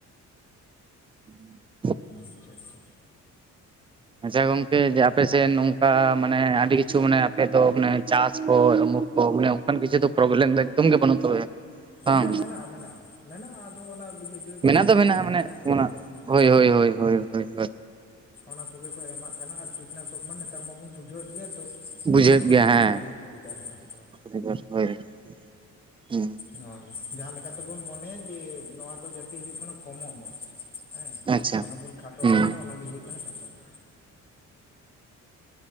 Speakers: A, on the right (about 20°); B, on the left (about 30°).
A: ᱦᱮᱸ <unintelligible>
B: ᱟᱪᱪᱷᱟ ᱟᱪᱪᱷᱟ
A: ᱟᱪᱪᱷᱟ ᱜᱚᱝᱠᱮ ᱡᱮ ᱟᱯ ᱟᱯᱮᱥᱮᱫ ᱱᱚᱝᱠᱟ ᱢᱟᱱᱮ ᱟᱹᱰᱤ ᱠᱤᱪᱷᱩ ᱢᱟᱱᱮ ᱟᱯᱮᱫᱚ ᱢᱟᱱᱮ ᱪᱟᱥ ᱠᱚ ᱩᱢᱩᱠ ᱠᱚ <unintelligible> ᱚᱸᱠᱟᱱ ᱠᱤᱪᱷᱩ ᱫᱚ ᱯᱨᱚᱵᱮᱞᱮᱢ ᱫᱚ ᱮᱜᱫᱚᱢ ᱜᱮ ᱵᱟᱹᱱᱩᱜ ᱛᱟᱯᱮᱭᱟ᱾ ᱵᱟᱝ
B: ᱦᱮᱸ ᱢᱮᱱᱟᱜᱼᱟ ᱢᱮᱱᱟᱜᱼᱟ ᱢᱮᱱᱟᱜᱼᱟ᱾ <unintelligible> ᱫᱚ ᱚᱱᱟ ᱡᱚᱭᱵᱚ
A: ᱢᱮᱱᱟᱜ
B: ᱥᱟᱨ
A: ᱫᱚ
B: ᱠᱚᱜᱮ
A: ᱢᱮᱱᱟᱜᱼᱟ
B: ᱵᱟᱹᱲᱛᱤ
A: ᱢᱟᱱᱮ
B: ᱠᱟᱭᱛᱮ
A: ᱚᱱᱟ
B: ᱫᱚ ᱠᱚ ᱮᱢᱟ
A: ᱦᱳᱭ
B: ᱦᱮᱸ
A: ᱦᱳᱭ ᱦᱳᱭ ᱦᱳᱭ ᱦᱳᱭ ᱦᱳᱭ
B: ᱚᱱᱟ ᱠᱚᱜᱮ ᱠᱚ ᱮᱢᱟᱜ ᱠᱟᱱᱟ ᱟᱨᱠᱤ ᱠᱤᱴᱱᱟᱥᱚᱠ ᱢᱟ ᱱᱮᱛᱟᱨ ᱢᱟᱵᱚᱱ ᱵᱩᱡᱷᱟᱹᱣᱮᱫ ᱜᱮᱭᱟ ᱛᱚ
A: ᱵᱩᱡᱷᱟᱹᱜ
B: ᱫᱚᱢᱮ ᱠᱷᱚᱛᱤᱠᱚᱨ
A: ᱜᱮᱭᱟ ᱦᱮᱸ
B: ᱫᱚᱢᱮ ᱠᱷᱚᱛᱤᱠᱚᱨ ᱦᱮᱸ
A: <unintelligible> ᱦᱩᱸ
B: ᱱᱚᱣᱟᱜᱮ ᱡᱟᱦᱟᱸᱞᱮᱠᱟ ᱛᱮᱵᱚᱱ ᱢᱚᱱᱮᱭᱟ ᱡᱮ ᱱᱚᱣᱟ ᱫᱚ ᱡᱟᱛᱮ ᱦᱩᱭᱩᱜ ᱠᱟᱱᱟ ᱠᱚᱢᱚᱜ ᱢᱟ᱾ ᱦᱮᱸ
A: ᱟᱪᱪᱷᱟ
B: ᱚᱱᱟ ᱵᱚᱱ ᱠᱷᱟᱴᱚ
A: ᱦᱩᱸ
B: ᱤᱫᱤ ᱢᱟ ᱚᱱᱟᱜᱮ ᱦᱩᱭᱩᱜ ᱠᱟᱱᱟ ᱠᱟᱛᱷᱟ ᱫᱚ᱾